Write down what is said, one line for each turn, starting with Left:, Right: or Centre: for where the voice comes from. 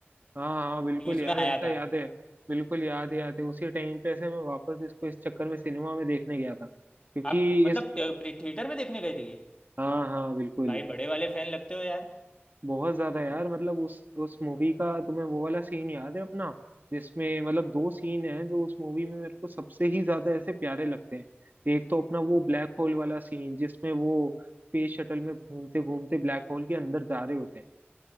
Right: हाँ हाँ बिल्कुल
Left: न्यूज़
Right: यार
Left: में आया
Right: ऐसा
Left: था
Right: याद है बिल्कुल याद है याद है उसी टाइम पे ऐसे मैं वापस इसको इस चक्कर में सिनेमा में देखने गया था क्योंकि
Left: आप मतलब
Right: इस
Left: थिएटर में देखने गए थे ये
Right: हाँ हाँ बिल्कुल
Left: भाई बड़े वाले फैन लगते हो यार
Right: बहुत ज्यादा यार मतलब उस उस मूवी का तुम्हें वो वाला सीन याद है अपना जिसमें मतलब दो सीन हैं जो उस मूवी में मेरे को सबसे ही ज्यादा ऐसे प्यारे लगते हैं एक तो अपना वो ब्लैक होल वाला सीन जिसमें वो स्पेस शटल में घूमते घूमते ब्लैक होल के अंदर जा रहे होते हैं